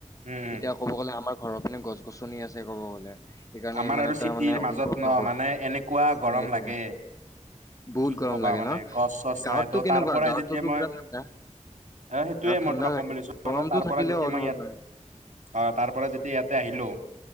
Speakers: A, on the right (about 80°); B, on the left (about 25°).
A: উম উম
B: এতিয়া ক'ব গ'লে আমাৰ ঘৰৰ পিনে গছ গছনি আছে ক'ব গ'লে সেইকাৰণে
A: আমাৰ
B: ইমান
A: আৰু
B: এটা
A: চিটিৰ
B: মানে
A: মাজত
B: অনুভৱ
A: ন
B: নকৰো
A: মানে এনেকুৱা
B: মানে
A: গৰম
B: এইটোৱে
A: লাগে
B: বহুত
A: কি
B: গৰম
A: কবা
B: লাগে
A: মানে
B: ন
A: গছ চছ
B: গাঁৱতটো
A: নাই ত'
B: কেনেকুৱা
A: তাৰ পৰাই
B: গাঁৱতটোতো
A: যেতিয়া মই
B: পুৰা ঠাণ্ডা
A: অ সেইটোয়ে
B: গাওঁত
A: মই
B: ঠাণ্ডা
A: তোমাক ক'ম
B: লাগে
A: বুলি ভাবিছো মানে
B: গৰমটো
A: তাৰ পৰা
B: থাকিলেও
A: যেতিয়া
B: অনুভৱ
A: মই ইয়াত
B: নহয়
A: অ তাৰ পৰা যেতিয়া ইয়াতে আহিলো